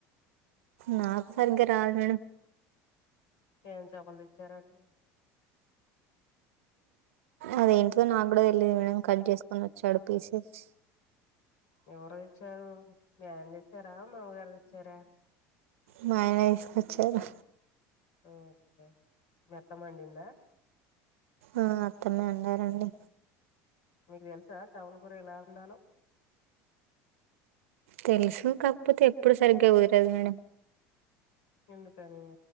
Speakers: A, on the right; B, on the left.
A: నాకు సరిగ్గా రాదు మేడం
B: ఏం చాపలు తెచ్చారండి
A: అదేంటో నాకు కూడా తెలిదు మేడం కట్ చేసుకొని వచ్చాడు పీసెస్
B: ఎవరు తెచ్చారు మీ ఆయన తెచ్చారా మావగారు తెచ్చారా
A: మా ఆయనే వేసుకొచ్చారు
B: ఓకే మి అత్తంమండిందా
A: ఆ అత్తమే వండారండి
B: మీకు తెలుసా చచపల కూర ఎలా వండలో
A: తెలుసు కాకపోతే ఎప్పుడు సరిగ్గా కుదరదు మేడం
B: ఎందుకని